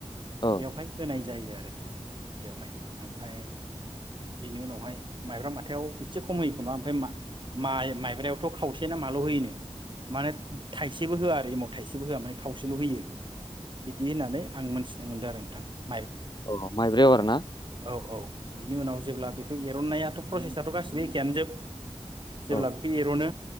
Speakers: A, on the left; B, on the right.
A: औ
B: बेवहाय होनाय जायो आरोखि बेयावहाय ओमफाय बेनि उनावहाय माइब्रा माथायाव एसे खम होयो खोमा ओमफाय मा-माइ-माइब्रायावथ' खावसे ना माल' होयोनो माने थाइसेबो होआ आरो एमाव थाइसेबो होआ माने खावसेल' होयो। बिदि होननानै आं मोनथिनो मोन्दो आरो <inaudible>
A: अ माइब्रायाव आरो ना?
B: औ औ बिनि उनाव जेब्ला बेखो एरननायाथ' प्रसेसाथ' गासिनो एखेआनो जोब जेब्ला
A: औ
B: बेखो एर'नो